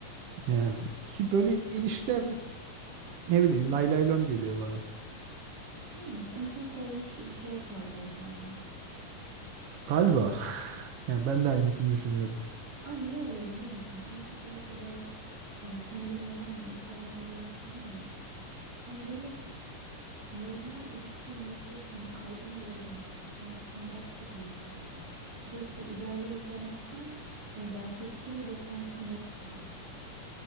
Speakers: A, on the right; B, on the right.
A: yani ki böyle ilişkilerde ne bileyim lay lay lom geliyor bana.
B: Yani en son solmuş bir şeye kalacağız galiba.
A: Galiba. <laughs> Yani ben de aynısını düşünüyorum.
B: Ama niye oluyor biliyor musun? Çünkü sürekli böyle yani seni bilmiyorum ama Instagram'dayım falan ya. Yani böyle normal ilişki nedir? Hani algım bile değişti. Şu an standart çok yükseldi. Sürekli ideali izlemekten yani gerçekçi bir beklentim yok şu an.